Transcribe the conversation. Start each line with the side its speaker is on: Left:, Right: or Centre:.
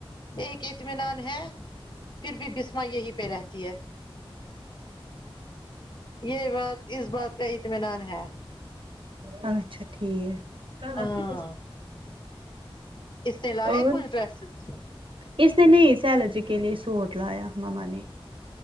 Left: ایک اطمینان ہے پھر بھی بسما یہی پہ رہتی ہے یہ بات اس بات کا اطمینان ہے
Right: اچھا ٹھیک
Left: ہاں اس نے لائے
Right: اور
Left: کچھ ڈرسز
Right: اس دن ہی سیلاجی کے لیے سوٹ لایا ماما نے